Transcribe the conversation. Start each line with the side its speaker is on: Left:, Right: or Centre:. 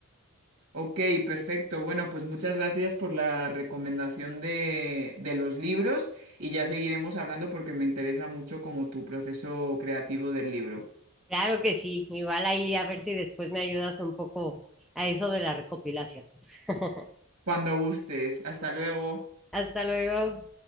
Right: Ok, perfecto. Bueno, pues muchas gracias por la recomendación de, de los libros y ya seguiremos hablando porque me interesa mucho como tu proceso creativo del libro.
Centre: Claro que sí, igual ahí a ver si después me ayudas un poco a eso de la recopilación. <laughs>
Right: Cuando gustes. Hasta luego.
Centre: Hasta luego.